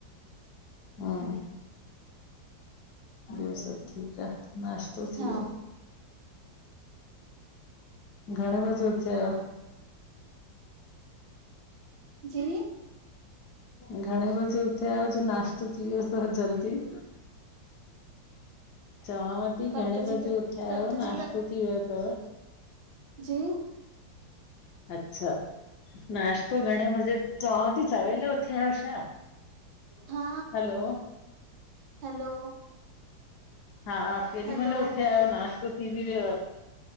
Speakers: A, on the left; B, on the right.
A: हा ॿियो सभु ठीक आ नाश्तो थी
B: हा
A: वियो घणें ॿॼे उथया आयो?
B: ॼी?
A: घणें बॼे उथया आयो ॼो नाश्तो थी वियो तव जल्दी? चवांव ती घणें
B: कटजी
A: बॼे
B: कट
A: उथया
B: कटजी
A: आयो नाश्तो थी वियो तव?
B: ॼी?
A: अच्छा, नाश्तो घणें ॿॼे चवांव ती सवेल उथया आयो छा?
B: हा,
A: हलो
B: हैलो
A: हा केॾी
B: हैलो
A: मल उथया आयो नाश्तो थी ॿि वियव,